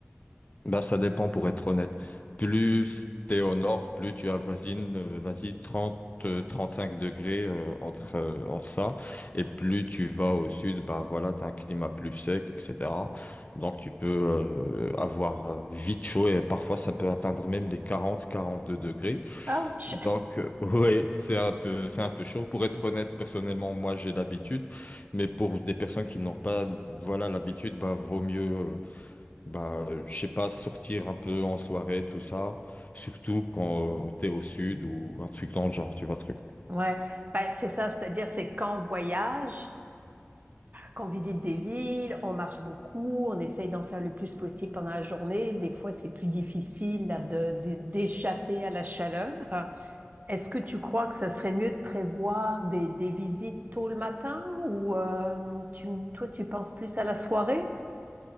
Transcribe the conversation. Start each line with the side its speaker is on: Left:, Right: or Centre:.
Left: Bah, ça dépend pour être honnête. Plus t'es au nord, plus tu avoisines, euh, vas-y, 30 euh, cinq degrés euh, entre, euh, entre ça. Et plus tu vas au sud, bah voilà, t'as un climat plus sec, etc. Donc tu peux euh, avoir euh, vite chaud et parfois ça peut atteindre même les quarante quarante deux degrés.
Right: Ouch!
Left: Donc, euh, <laughs> ouais, c'est un peu, c'est un peu chaud. Pour être honnête, personnellement, moi, j'ai l'habitude. Mais pour des personnes qui n'ont pas, voilà, l'habitude, bah, vaut mieux. euh, bah, euh, je sais pas, sortir un peu en soirée, tout ça, surtout quand tu t'es au sud ou un truc dans le genre, tu vois, le truc.
Right: Ouais, ben, c'est ça, c'est-à-dire c'est quand on voyage, qu'on visite des villes, on marche beaucoup, on essaye d'en faire le plus possible pendant la journée. Des fois, c'est plus difficile là, de- de- d'échapper à la chaleur. Est-ce que tu crois que ça serait mieux de prévoir des, des visites tôt le matin ou euh, tu, toi, tu penses plus à la soirée?